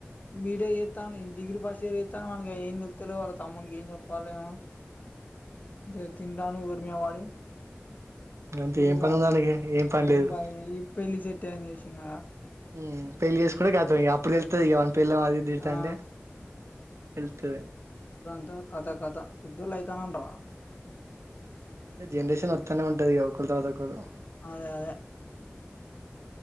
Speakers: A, on the left (about 35°); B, on the right (about 80°).
A: బీటెక్ చేస్తాను డిగ్రీ ఫస్ట్ ఇయర్ చేస్తాను మనకి ఏం నిళ్తలే వాళ్ళ తమ్ముకి ఏం చెప్పాలమో తీ తింటడాను ఊరిమీద పడి
B: అంతే
A: తిరుగుతాండు
B: ఏం పని ఉందానికి ఏం పని లేదు
A: బాయ్ ఈ పెళ్లి సెట్ అని చేసిన
B: ఊ పెళ్లి చేసు కుంటే కతాం ఇక అప్పుడు తెలుతది వాని పెళ్ళాం అది ఇది తిడతాంటీ
A: ఆ
B: తెలుత ది
A: ఉ కద కదా పెద్దోళ్ళు అయితానంటా రా
B: ఇ జనరేసన్ ఒత్తనే ఉంటది ఇగ అవుతదా కాదా <unintelligible>
A: అదే అదే